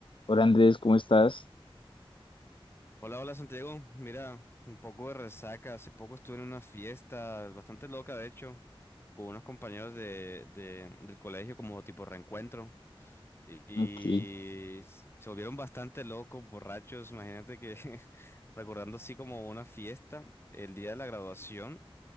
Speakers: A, on the left; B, on the left.
A: Hola Andrés, ¿cómo estás?
B: Hola, hola Santiago. Mira, un poco de resaca. Hace poco estuve en una fiesta bastante loca, de hecho, con unos compañeros de, de- del colegio como tipo reencuentro. Y,
A: Ok,
B: se volvieron bastante locos, borrachos. Imagínate que <laughs> recordando así como una fiesta, el día de la graduación,